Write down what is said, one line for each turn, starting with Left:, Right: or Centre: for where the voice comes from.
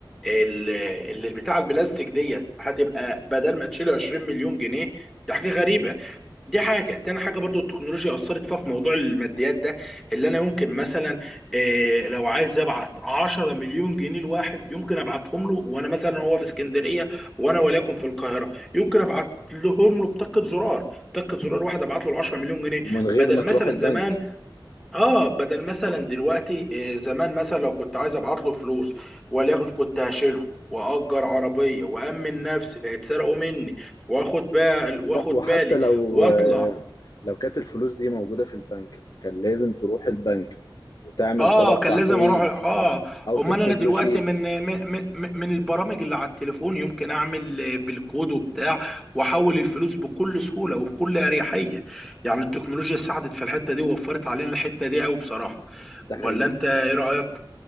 Centre: اللي البتاع البلاستيك ديت هتبقى بدل ما تشيل 20 مليون جنيه ده حاجه غريبه دي حاجة تاني حاجة برضو التكنولوجيا أثرت فيها في موضوع الماديات ده اللي أنا يمكن مثلا إيه لو عايز أبعت 10 مليون جنيه لواحد يمكن أبعتهم له وأنا مثلا هو في اسكندرية وأنا وليكن في القاهرة يمكن أبعت لهم له بطاقة زرار طاقة زرار واحد أبعت له ال 10 مليون جنيه
Left: ومن غير
Centre: بدل
Left: ما تروح
Centre: مثلا
Left: البنك
Centre: زمان آه بدل مثلا دلوقتي إيه زمان مثلا لو كنت عايز أبعت له فلوس وليكن كنت هشيله وأجر عربية وأمن نفسي لا يتسرقوا مني وآخد بال
Left: لا
Centre: وآخد
Left: وحتى
Centre: بالي
Left: لو
Centre: واطلع
Left: آه، لو كانت الفلوس دي موجودة في البنك فكان لازم تروح البنك وتعمل
Centre: اه
Left: طلب
Centre: كان
Left: تحويل
Centre: لازم اروح اه
Left: أو
Centre: امال
Left: تكتب
Centre: انا دلوقتي
Left: له شيك
Centre: من من من من البرامج اللي على التليفون يمكن اعمل آه، بالكود وبتاع واحول الفلوس بكل سهوله وبكل اريحيه يعني التكنولوجيا ساعدت في الحته دي ووفرت علينا الحته دي قوي بصراحه
Left: ده
Centre: ولا
Left: حقيقي
Centre: انت ايه رايك